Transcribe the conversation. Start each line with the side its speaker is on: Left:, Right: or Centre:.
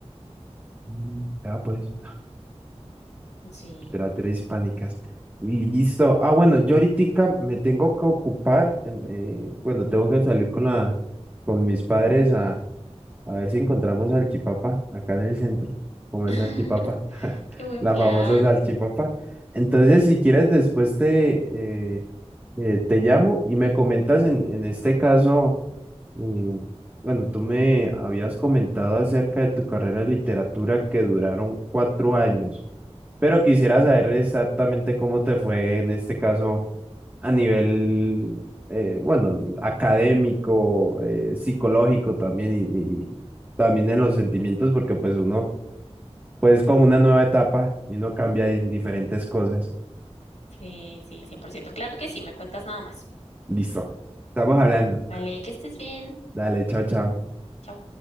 Right: Mm, Ya pues.
Left: Sí.
Right: Literatura hispánicas. Y listo. Ah, bueno, yo ahorita me tengo que ocupar. em, eh, bueno, tengo que salir con la, con mis padres A ver si encontramos salchipapa acá en el centro. Comer
Left: <laughs>
Right: salchipapa. <laughs>
Left: Qué buen
Right: La
Left: plan.
Right: famosa salchipapa. Entonces, si quieres, después te, eh, eh, te llamo y me comentas en, en este caso, eh, bueno, tú me habías comentado acerca de tu carrera de literatura que duraron cuatro años. Pero quisiera saber exactamente cómo te fue en este caso a nivel, eh, bueno, académico, eh, psicológico también y, y también en los sentimientos, porque pues uno, pues es como una nueva etapa y uno cambia en diferentes cosas.
Left: Sí, sí, 100%. Claro que sí, me cuentas nada más.
Right: Listo. Estamos hablando.
Left: Vale, que estés bien.
Right: Dale, chao, chao.
Left: Chao.